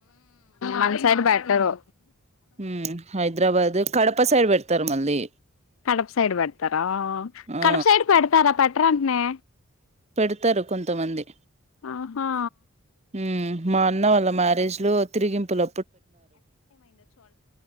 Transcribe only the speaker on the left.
మన సైడ్ పెట్టరు
కడప సైడ్ పెడతారా
కడప సైడ్ పెడతారా పెట్ట్రాంటనే
ఆహా